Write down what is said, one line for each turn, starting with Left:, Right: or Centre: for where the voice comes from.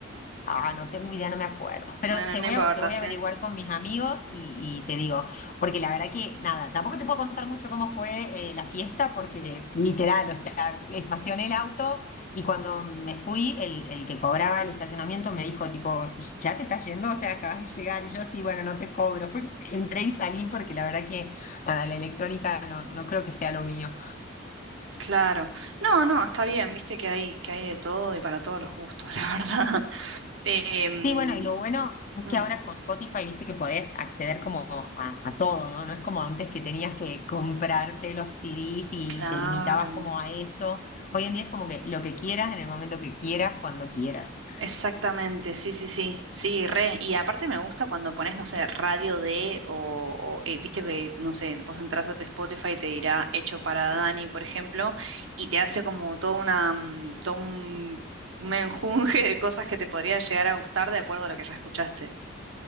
Left: Ah, no tengo idea, no me acuerdo. Pero
Right: Bueno,
Left: te
Right: no
Left: voy
Right: importa,
Left: a, te voy
Right: sí.
Left: a averiguar con mis amigos y, y te digo, porque la verdad que nada, tampoco te puedo contar mucho cómo fue eh, la fiesta, porque literal, o sea, estacioné el auto y cuando me fui, el, el que cobraba el estacionamiento me dijo, tipo, ¿ya te estás yendo? O sea, acabas de llegar. Y yo, sí, bueno, no te cobro. <laughs> Fue que entré y salí porque la verdad que nada, la electrónica no, no creo que sea lo mío.
Right: Claro. No, no, está bien, viste que hay, que hay de todo y para todos los gustos, <laughs> la verdad. Em,
Left: Sí, bueno, y lo bueno es
Right: mm,
Left: que
Right: mm,
Left: ahora con Spotify, viste que podés acceder como a, a todo, ¿no? No es como antes que tenías que comprarte los CDs y
Right: claro,
Left: te limitabas como a eso. Hoy en día es como que lo que quieras en el momento que quieras, cuando quieras.
Right: exactamente, sí, sí, sí, sí, re. Y aparte me gusta cuando pones, no sé, radio de o, o, eh, viste que, no sé, vos entras a tu Spotify y te dirá hecho para Dani, por ejemplo, y te hace como toda una, mm, todo un menjunje de cosas que te podrían llegar a gustar de acuerdo a lo que ya escuchaste.